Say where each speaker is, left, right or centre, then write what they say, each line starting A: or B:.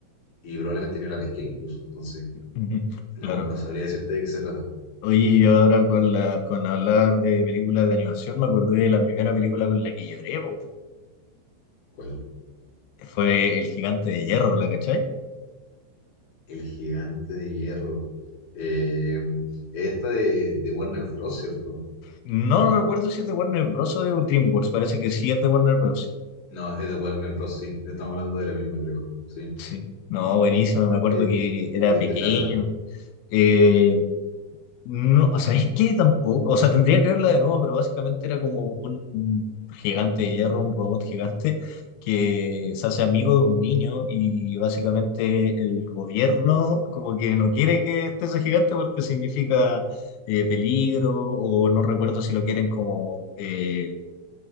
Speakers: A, on the left; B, on the left.
A: Y probablemente ni la pesqué incluso, entonces
B: Ujú,
A: no,
B: Claro.
A: no sabría decirte de qué se trata.
B: Oye, y ahora con la, con hablar de películas de animación, me acordé de la primera película con la que lloré, po.
A: ¿Cuál?
B: Fue El Gigante de Hierro, ¿la cachai?
A: El gigante de hierro. Eh, esta de, de Warner Bros., ¿cierto?
B: No no recuerdo si es de Warner Bros. o de DreamWorks, parece que sí es de Warner Bros.
A: No, es de Warner Bros., sí. Estamos hablando de la misma, creo. Sí.
B: Sí, no, buenísimo, me acuerdo
A: Eh,
B: que era
A: ¿De
B: pequeño.
A: qué trata?
B: Eh, no, o sea, es que tampoco, o sea, tendría que verla de nuevo, pero básicamente era como un gigante de hierro, un robot gigante que se hace amigo de un niño y básicamente el gobierno como que no quiere que esté ese gigante porque significa eh, peligro o no recuerdo si lo quieren como... eh,